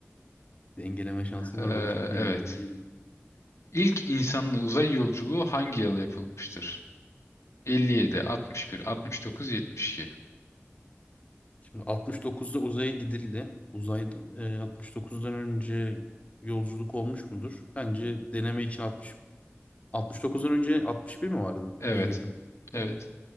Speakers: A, on the left; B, on the left.
A: Dengeleme şansım
B: Ee,
A: var bakayım. Dengeleyebilir
B: evet.
A: miyim?
B: İlk insanlı uzay yolculuğu hangi yıl yapılmıştır? 57, 61, 69, 72.
A: Şimdi 69'da uzaya gidildi. Uzayda e, 69'dan önce yolculuk olmuş mudur? Bence deneme için 60 69'dan önce 61 mi vardı
B: Evet.
A: en yakın?
B: Evet.